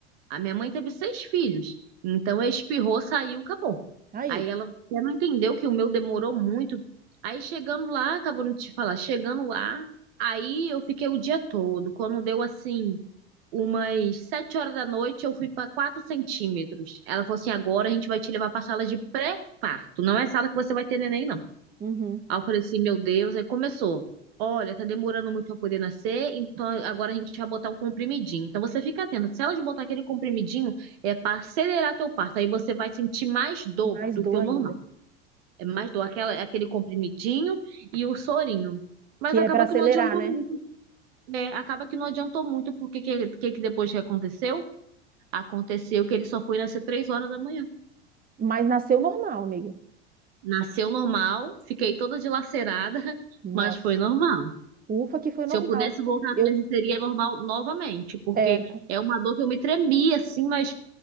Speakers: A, on the right; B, on the right.
A: A minha mãe teve seis filhos, então ela espirrou, saiu, acabou.
B: Aí,
A: Aí ela até não entendeu que o meu demorou muito. Aí chegando lá, acabou de te falar, chegando lá, aí eu fiquei o dia todo. Quando deu assim, umas sete horas da noite, eu fui para quatro centímetros. Ela falou assim: agora a gente vai te levar para sala de pré-parto. Não é sala que você vai ter neném, não.
B: uhum.
A: Aí eu falei assim, meu Deus, aí começou. Olha, tá demorando muito pra poder nascer, então agora a gente vai botar um comprimidinho. Então você fica atento, se elas botar aquele comprimidinho, é para acelerar teu parto, aí você vai sentir mais dor
B: Mais
A: do
B: dor
A: que o
B: ainda,
A: normal. É mais dor, aquela, aquele comprimidinho e o sorinho. Mas
B: que
A: acaba
B: é para acelerar,
A: que não adiantou
B: né?
A: muito, É, Acaba que não adiantou muito, porque que, que, que depois que aconteceu? Aconteceu que ele só foi nascer três horas da manhã.
B: Mas nasceu normal, amiga.
A: Nasceu normal, fiquei toda dilacerada, <laughs>
B: Nossa.
A: mas foi normal.
B: Ufa, que foi
A: Se
B: normal.
A: eu pudesse voltar atrás,
B: Eu,
A: e seria normal novamente, porque
B: é, né?
A: é uma dor que eu me tremia, assim, mas